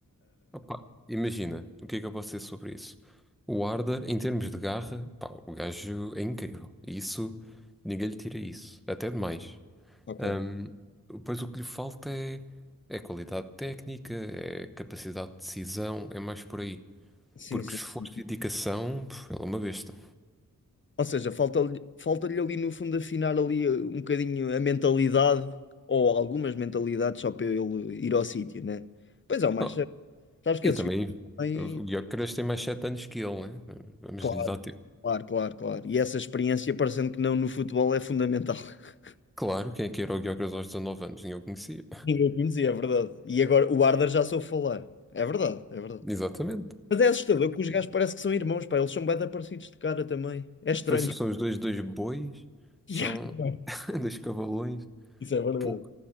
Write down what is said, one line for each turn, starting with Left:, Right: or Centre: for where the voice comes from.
Centre: Opa, imagina, o que é que eu posso dizer sobre isso? O Arda, em termos de garra, pá, o gajo é incrível. Isso, ninguém lhe tira isso. Até demais.
Left: Ok.
Centre: Ahm, pois o que lhe falta é, é qualidade técnica, é capacidade de decisão, é mais por aí.
Left: Sim,
Centre: Porque
Left: sim,
Centre: esforço
Left: sim.
Centre: e dedicação, pff, ele é uma besta.
Left: Ou seja, falta-lhe falta-lhe ali no fundo afinar ali eh, um bocadinho a mentalidade, ou algumas mentalidades só para ele ir ao sítio, né? Pois é, mas
Centre: Oh,
Left: sabes que
Centre: e
Left: esses
Centre: também,
Left: gajos também.
Centre: o o Gyökeres tem mais 7 anos que ele, né? Vamos
Left: Claro,
Centre: lhe dar tempo.
Left: claro, claro, claro. E essa experiência, parecendo que não no futebol, é fundamental. <laughs>
Centre: Claro, quem é que era o Gyökeres aos 19 anos? Ninguém o conhecia.
Left: Ninguém conhecia, é verdade. E agora o Arda já soube falar. É verdade, é verdade.
Centre: <laughs> Exatamente.
Left: Mas é assustador que os gajos parecem que são irmãos, pá. Eles são bem parecidos de cara também. É estranho.
Centre: Pois São
Left: <laughs>
Centre: os dois, dois bois,
Left: Yeah,
Centre: são
Left: também.
Centre: <laughs> dois cavalões.
Left: Isso é verdade.
Centre: Pô,